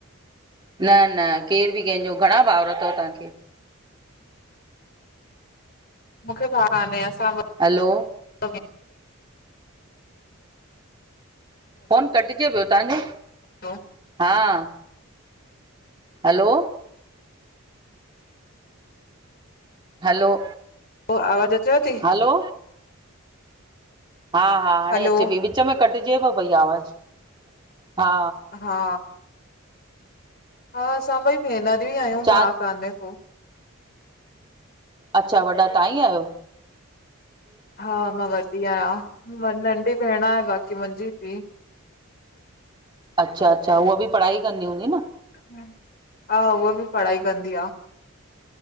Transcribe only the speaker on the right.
न न केर बि कहिंजो घणा भावर तव तहांखे?
हलो
फोन कटजे पियो तव्हांजो।
हा हलो हलो,
हलो, हा हा, हाणे
अचे पई विच में कटजेव पई आवाज हा
चारि
अच्छा, वॾा तहां ई आयो।
अच्छा, अच्छा उअ बि पढ़ाई कंदी हूंदी न।